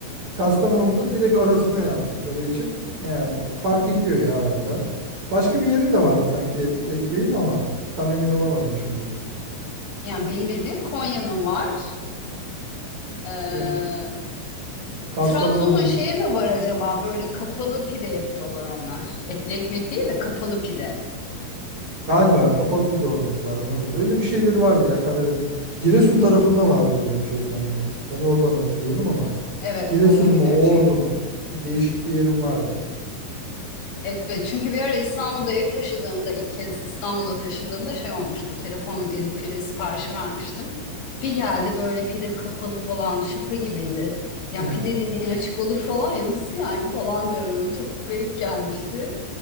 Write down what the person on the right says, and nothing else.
Kastamonu'da direkt arasına yaptıkları için yani fark ediyor ya arada. Başka bir yerin de vardı sanki etli ekmeğin ama tam emin olamadım şimdi.
Ya, Kastamonu'nun
galiba kapalı pide olması lazım evet. Öyle bir şeyleri vardı ya Karadeniz. Giresun tarafında vardı öyle bir şey sanki. Ben oradan hatırlıyorum ama
Giresun
mu
Ordu mu bir değişik bir yerim vardı.
<laughs>